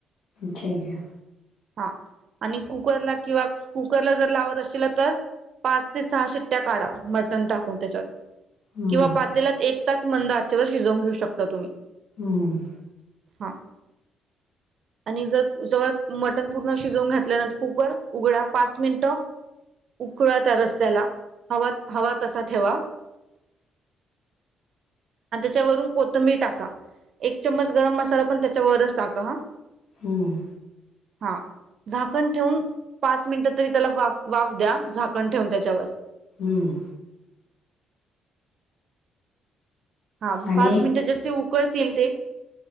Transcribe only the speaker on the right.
हा आणि कुकरला किंवा कुकरला जर लावत असल तर पाच ते सहा शिट्ट्या काढा मटण टाकून त्याच्यात
किंवा पातेल्यात एक तास मंद आच्यावर शिजवून घेऊ शकता तुम्ही
हा आणि जर जवळ मटण पूर्ण शिजवून घातल्यानंतर कुकर उघडा पाच मिनिटं उकळा त्या रस्त्याला हवा हवा तसा ठेवा <unintelligible> आणि त्याच्यावरून कोथंबीर टाका एक चम्मच गरम मसाला पण त्याच्यावरच टाका हा
हा झाकण ठेवून पाच मिनिटं तरी त्याला वा वाफ द्या झाकण ठेवून त्याच्यावर
हा
पाच मिनिटं जसे उकळतील ते